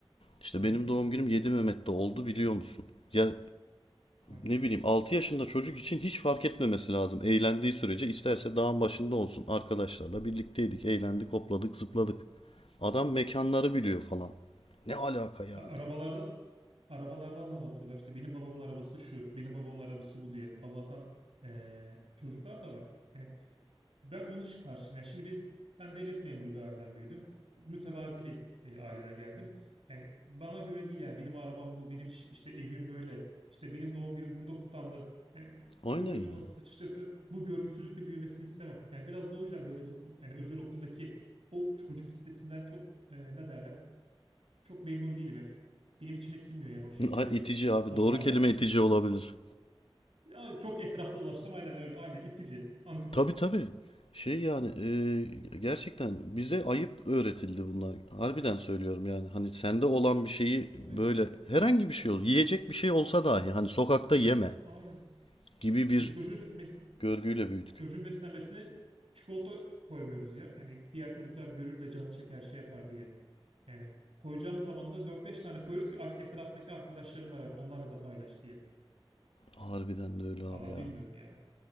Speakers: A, on the left; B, on the right.
A: İşte
B: hı hı.
A: benim doğum günüm 7 Mehmet'te oldu biliyor musun? Ya
B: Ah,
A: ne bileyim Altı yaşında çocuk için hiç fark etmemesi lazım. Eğlendiği sürece isterse dağın başında olsun. Arkadaşlarla birlikteydik, eğlendik, hopladık, zıpladık. Adam mekanları
B: işte.
A: biliyor falan. Ne alaka yani?
B: A- Arabalardan arabalardan da hava atıyorlar. İşte benim babamın arabası şu, benim babamın arabası bu diye hava atan eee, çocuklar da var. Hani ben onun iş karşıyım. Yani şimdi biz ben devlet memuru bir aileden büyüdüm. Mütevazi bir e, aileden geldim. Yani bana göre değil yani benim arabam bu, benim iş- işte evim böyle, işte benim doğum günüm burada kutlandı. Yani
A: Aynen
B: çocuğumun
A: ya.
B: da açıkçası bu görgüsüzlükle büyümesini istemem. Yani biraz da o yüzden devlet okul yani özel okuldaki o çocuk kitlesinden çok e, ne derler? çok memnun değilim yani çok benim içime sinmiyor yani
A: <laughs>
B: o şekilde
A: Ay, İtici
B: bir
A: abi.
B: ortamda.
A: Doğru kelime itici olabilir.
B: Ya çok etrafta dolaştım aynen öyle aynen itici, antipatik.
A: Tabii tabii. Şey yani e, gerçekten bize ayıp öğretildi bunlar. Harbiden söylüyorum yani. Hani sende olan bir şeyi
B: Tabii
A: böyle herhangi bir şey ol, yiyecek bir şey olsa dahi hani sokakta yeme
B: aynen.
A: gibi bir
B: E çocuğun bes
A: görgüyle büyüdük.
B: çocuğun beslenmesine çikolata koymuyoruz ya. Yani diğer çocuklar görür de canı çeker şey yapar diye. Yani koyacağımız zaman da dört beş tane koyuyoruz ki ar- etrafındaki arkadaşlarına da ver onlarla da paylaş diye.
A: Harbiden de öyle abi
B: Valla
A: ya.
B: bilmiyorum ya.